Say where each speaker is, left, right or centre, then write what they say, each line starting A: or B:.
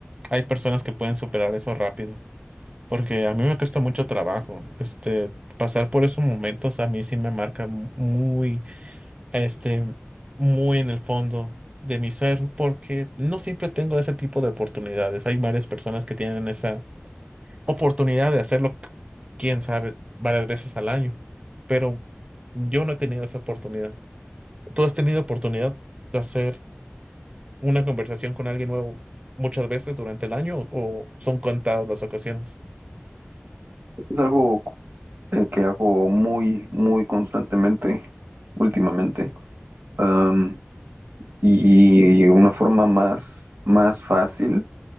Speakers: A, on the right; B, on the right.
A: hay personas que pueden superar eso rápido, porque a mí me cuesta mucho trabajo. Este, pasar por esos momentos a mí sí me marca mu- muy, este, muy en el fondo de mi ser, porque no siempre tengo ese tipo de oportunidades. Hay varias personas que tienen esa oportunidad de hacerlo, c- quién sabe, varias veces al año, pero yo no he tenido esa oportunidad. ¿Tú has tenido oportunidad de hacer? una conversación con alguien nuevo muchas veces durante el año o o son contadas las ocasiones?
B: Es algo eh, que hago muy, muy constantemente últimamente. Um, y, y una forma más, más fácil